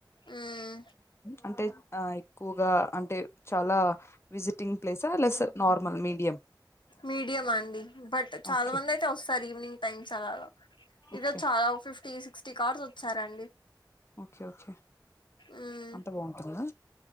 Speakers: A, on the left; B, on the left.
A: మ్మ్
B: అంటే ఆ ఎక్కువగా అంటే చాలా విజిటింగ్ ప్లేస్ ఆ లేక నార్మల్ మీడియమ్
A: మీడియం అండి బట్ చాలా
B: ఓకే
A: మంది అయితే వస్తారు ఈవినింగ్ టైమ్స్ అలాగా ఈ
B: ఓకే
A: రోజు చాలా ఫిఫ్టీ సిక్స్టీ కార్స్ వచ్చారండి
B: ఓకే ఓకే
A: మ్మ్
B: అంత బాగుంటుందా